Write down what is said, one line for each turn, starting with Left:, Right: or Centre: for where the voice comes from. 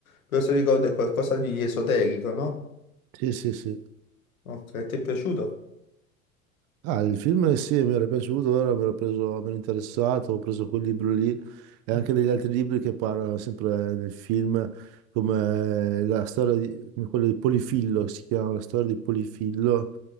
Left: però se ricordo è qualcosa di esoterico, no?
Right: Sì, sì, sì.
Left: Ok, ti è piaciuto?
Right: Ah, il film sì, mi era piaciuto, ora mi ero preso, mi ero interessato, ho preso quel libro lì e anche
Left: Mm,
Right: degli altri libri che parlano sempre nel film, come la storia di, come quello di Polifillo, si chiama La storia di Polifillo,